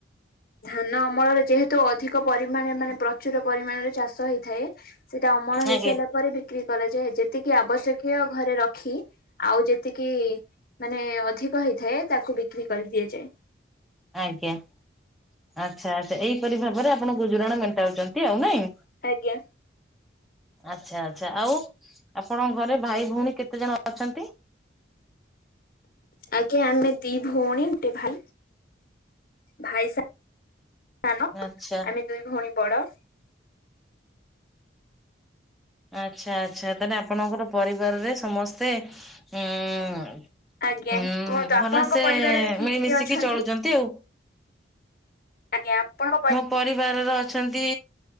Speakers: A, on the left; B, in the centre.
A: ଧାନ ଅମଳରେ ଯେହେତୁ ଅଧିକ୍ କ ପରିମାଣ ମାନେ ପ୍ରଚୁର ପରିମାଣରେ ଚାଷ ହେଇଥାଏ। ସେଇଟା ଅମଳ ହେଇସାରିଲା
B: ଆଜ୍ଞା
A: ପରେ ବି କ୍ରି କରାଯାଏ। ଯେତିକି ଆବଶ୍ୟକୀୟ ଘରେ ରଖି ଆଉ ଯେତିକି ମାନେ ଅଧିକ ହେଇଥାଏ ତାକୁ ବିକ୍ରି କରିଦିଆଯାଏ।
B: ଆଜ୍ଞା। ଆଚ୍ଛା ଆଚ୍ଛା ତ ଏଇପରି ଭାବରେ ଆପଣ ଗୁଜୁରାଣ ମେଣ୍ଟାଉଛନ୍ତି ଆଉ ନାଇଁ?
A: ଆଜ୍ଞା।
B: ଆଚ୍ଛା ଆଚ୍ଛା ଆଉ ଆପଣଙ୍କ ଘରେ ଭାଇ ଭଉଣୀ କେତେ ଜଣ ଅଛନ୍ତି?
A: ଆଜ୍ଞ ଆମେ ଦି ଭଉଣୀ ଗୋଟେ ଭାଈ। ଭାଈ ସା ସାନ
B: ଆଚ୍ଛା
A: ଆମେ ଦୁଇ ଭଉଣୀ ବଡ।
B: ଆଚ୍ଛା ଆଚ୍ଛା ତାହେଲେ ଆପଣଙ୍କର ପରିବାରରେ ସମସ୍ତେ ହୁଁ
A: ଆଜ୍ଞା
B: ଉଁ
A: କୁହନ୍ତୁ ଆପଣଙ୍କ
B: ଭଲସେ
A: ପରିବାରରେ କିଏ
B: ମିଳିମିଶିକି
A: କିଏ ଅଛନ୍ତି?
B: ଚଳୁଛନ୍ତି ଆଉ।
A: ଆଜ୍ଞା ଆପଣ?
B: ମୋ ପରିବାରର ଅଛନ୍ତି